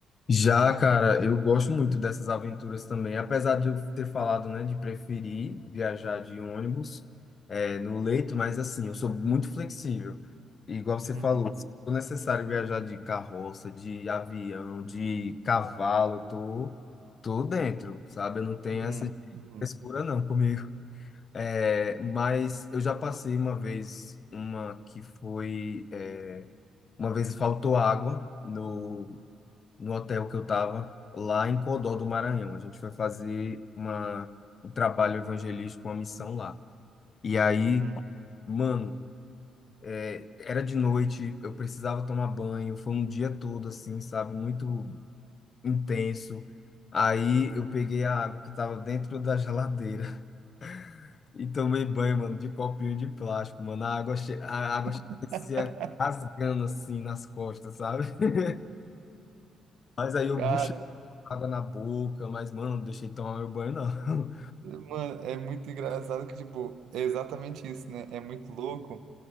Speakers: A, on the left (about 45°); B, on the right (about 80°).
A: Já, cara, eu gosto muito dessas aventuras também, apesar de eu ter falado, né, de preferir viajar de ônibus, é, no leito, mas assim, eu sou muito flexível. E Igual você falou,
B: Uhum,
A: se for necessário viajar de carroça, de avião, de cavalo, eu tô, tô dentro, sabe? Eu não tenho
B: uhum,
A: essa
B: uhum,
A: frescura não comigo. <laughs> É, mas eu já passei uma vez, uma que foi, é, uma vez faltou água no no hotel que eu estava lá em Codó do Maranhão. A gente foi fazer uma, um trabalho evangelístico, uma missão lá. E aí,
B: uhum.
A: mano, é, era de noite, eu precisava tomar banho, foi um dia todo assim, sabe, muito intenso. Aí eu peguei a água que tava dentro da geladeira <laughs> e tomei banho, mano, de copinho de plástico, mano. A água, che- a água
B: <laughs>
A: parecia rasgando assim nas costas, sabe? <laughs> Mas aí eu
B: Cara,
A: água na boca, mas, mano, não deixei tomar meu banho, não. <laughs>
B: mano, é muito engraçado que, tipo, é exatamente isso, né? É muito louco.